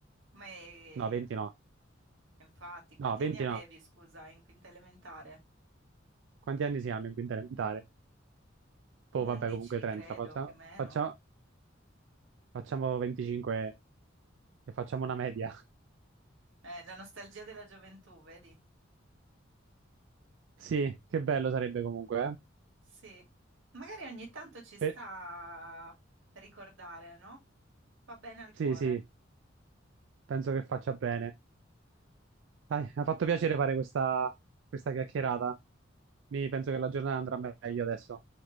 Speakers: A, on the right; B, on the right.
A: Ma è-
B: No, 20 no.
A: infatti, quanti
B: No, 20
A: anni avevi,
B: no.
A: scusa, in quinta elementare?
B: Quanti anni si hanno in quinta elementare? Poi
A: 11,
B: vabbè, comunque 30.
A: credo,
B: Faccia-
A: più o meno.
B: faccia- Facciamo 25 e facciamo una media.
A: Eh, la nostalgia
B: <laughs>
A: della gioventù, vedi?
B: Sì, che bello sarebbe comunque, eh?
A: Sì. Magari ogni tanto ci sta
B: Per-
A: a ricordare, no? Fa bene al
B: Sì,
A: cuore.
B: sì. Penso che faccia bene. Dai, mi ha fatto piacere fare questa, questa chiacchierata. Mi penso che la giornata andrà meglio adesso.